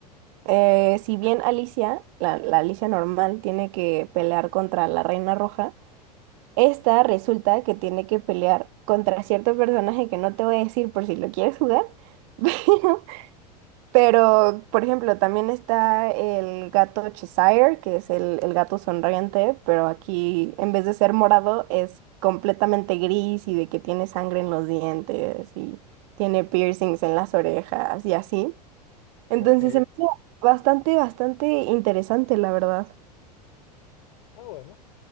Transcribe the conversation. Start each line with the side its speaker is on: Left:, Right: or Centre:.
Right: eh, si bien Alicia, la, la Alicia normal, tiene que pelear contra la Reina Roja, esta resulta que tiene que pelear contra cierto personaje que no te voy a decir por si lo quieres jugar, <laughs> pero, pero, por ejemplo, también está el gato Cheshire, que es el, el gato sonriente, pero aquí en vez de ser morado es completamente gris y de que tiene sangre en los dientes y tiene piercings en las orejas y así. Entonces
Left: Ok,
Right: se me hace bastante, bastante interesante, la verdad.
Left: Ah, bueno,